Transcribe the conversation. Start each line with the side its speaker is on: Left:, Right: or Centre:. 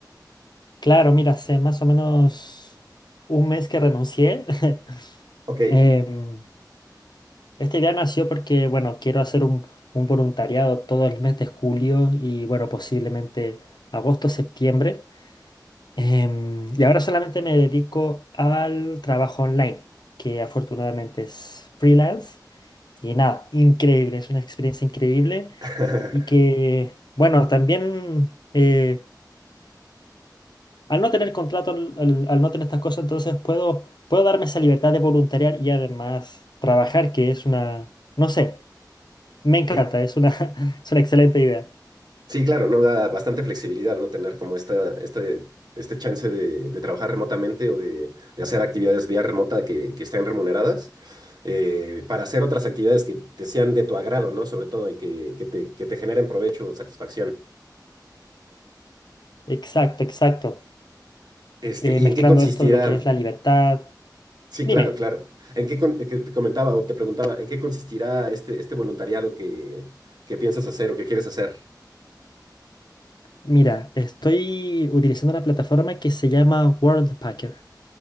Left: Claro, mira, hace más o menos un mes que renuncié. <laughs>
Right: Ok.
Left: Em, esta idea nació porque, bueno, quiero hacer un, un voluntariado todo el mes de julio y, bueno, posiblemente agosto, septiembre. Em, y ahora solamente me dedico al trabajo online, que afortunadamente es freelance. Y nada, increíble, es una experiencia increíble
Right: <laughs>
Left: y que, bueno, también eh, al no tener contrato, al, al- al no tener estas cosas, entonces puedo, puedo darme esa libertad de voluntariar y además trabajar, que es una, no sé, me encanta,
Right: Sí,
Left: es una, <laughs> es una excelente idea.
Right: Sí, claro, no da bastante flexibilidad, ¿no? Tener como esta, este, este chance de, de trabajar remotamente o de, de hacer actividades vía remota que, que estén remuneradas eh, para hacer otras actividades que te sean de tu agrado, ¿no? Sobre todo y que, que te, que te generen provecho o satisfacción.
Left: Exacto, exacto.
Right: Este,
Left: Eh,
Right: ¿y
Left: mezclando
Right: en qué consistirá?
Left: esto de lo que es la libertad.
Right: Sí,
Left: Dime,
Right: claro, claro. ¿En qué con- que te comentaba o te preguntaba, ¿en qué consistirá este, este voluntariado que, que piensas hacer o que quieres hacer?
Left: mira, estoy utilizando una plataforma que se llama Worldpacker.